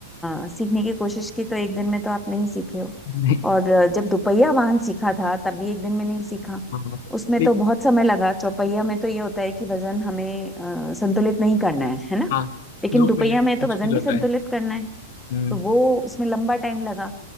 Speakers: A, in the centre; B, on the left.
A: अ, सीखने की कोशिश की तो एक दिन में तो आप नहीं सीखे हो
B: नहीं
A: और अ, जब दुपहिया वाहन सीखा था तब भी एक दिन में नहीं सीखा
B: हाँ
A: उसमें
B: लेकिन
A: तो बहुत समय लगा चौपहिया में तो ये होता है कि वजन हमें अ, संतुलित नहीं करना है है ना
B: हाँ
A: लेकिन
B: दो
A: दुपहिया
B: पहिया
A: में तो
B: मुश्किल
A: वजन
B: होता
A: भी संतुलित
B: है
A: करना है
B: हम्म
A: तो वो उसमें लंबा टाइम लगा